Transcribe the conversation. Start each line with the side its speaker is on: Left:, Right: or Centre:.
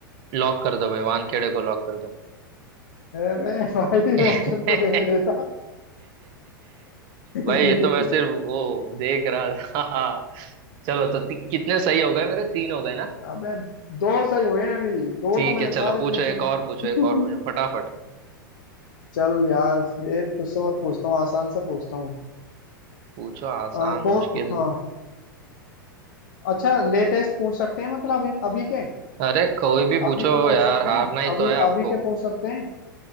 Right: लॉक कर दो भाई वानखेड़े को लॉक कर दो
Left: अबे <laughs> भाई
Right: <laughs>
Left: ऑप्शन तो देने देता <laughs>
Right: भाई ये तो मैं सिर्फ वो देख रहा था चलो तो ति- कितने सही हो गए मेरे तीन हो गए ना
Left: अबे दो सही हुए हैं अभी दो
Right: ठीक
Left: तो मैंने
Right: है
Left: सारे
Right: चलो पूछो
Left: पूछे
Right: एक
Left: हैं
Right: और पूछो एक और पूछो फटाफट
Left: चल यार एक तुझसे और पूछता हूँ आसान से पूछता हूँ
Right: पूछो आसान
Left: अ, कौन
Right: मुश्किल
Left: हाँ अच्छा लेटेस्ट पूछ सकते हैं मतलब अभी अभी के
Right: अरे कोई भी पूछो
Left: अभी के पूछ
Right: यार
Left: सकते
Right: हारना
Left: हैं
Right: ही
Left: अभी
Right: तो है आपको
Left: अभी के पूछ सकते हैं